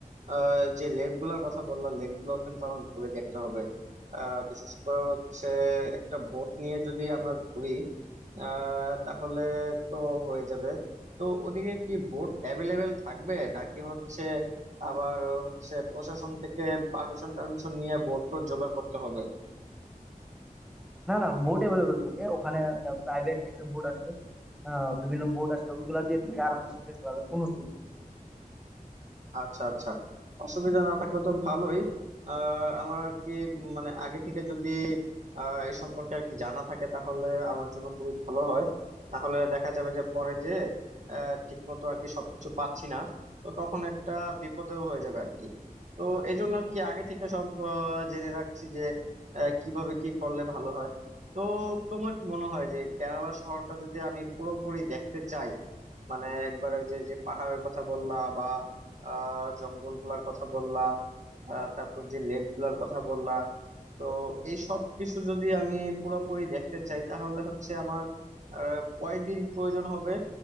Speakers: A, on the right; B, in the centre.
A: আহ, যে লেক গুলার কথা বললাম লেক গুলো কিন্তু আমার ঘুরে দেখতে হবে আহ, বিশেষ করে হচ্ছে একটা বোট নিয়ে যদি আমরা ঘুরি আহ, তাহলে তো হয়ে যাবে তো ওদিকে কি বোট অ্যাভেলেবেল থাকবে নাকি হচ্ছে আবার হচ্ছে প্রশাসন থেকে পারমিশন টারমিশন নিয়ে বোট তো জোগাড় করতে হবে
B: না না বোট অ্যাভেলেবেল থাকে ওখানে প্রাইভেট একটা বোট আছে আহ, বিভিন্ন বোট আছে ওইগুলা দিয়ে তুমি আরামসে যেতে পারবে কোনো অসুবিধা নেই।
A: আচ্ছা আচ্ছা অসুবিধা না থাকলে তো ভালোই আহ, আমার আর কি মানে আগে থেকে যদি আহ, এই সম্পর্কে আর কি জানা থাকে তাহলে আমার জন্য খুবই ভালো হয় তাহলে দেখা যাবে যে পরে যে ঠিক মতো আর কি সবকিছু পাচ্ছি না তো তখন একটা বিপদেও হয়ে যাবে আর কি তো এই জন্য আর কি আগে থেকে সব আহ, জেনে রাখছি যে আহ, কিভাবে কি করলে ভালো হয় তো তোমার কি মনে হয় যে কেরালা শহরটা যদি আমি পুরোপুরি দেখতে চাই মানে একবার ওই যে যে পাহাড়ের কথা বললা বা আহ জঙ্গল গুলার কথা বললা আহ, তারপর যে লেক গুলার কথা বললা তো এই সব কিছু যদি আমি পুরোপুরি দেখতে চাই তাহলে হচ্ছে আমার আহ, কয়দিন প্রয়োজন হবে